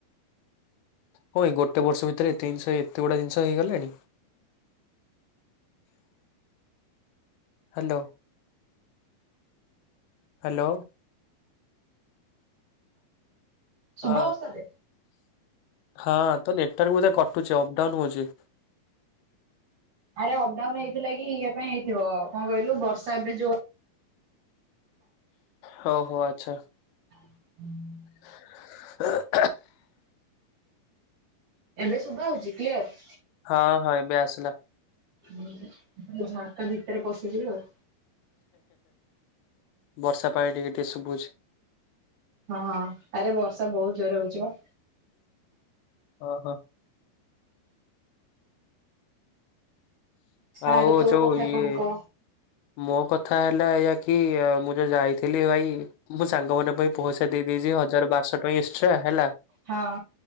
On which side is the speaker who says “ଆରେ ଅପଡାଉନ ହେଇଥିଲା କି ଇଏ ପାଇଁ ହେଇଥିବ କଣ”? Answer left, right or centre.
Right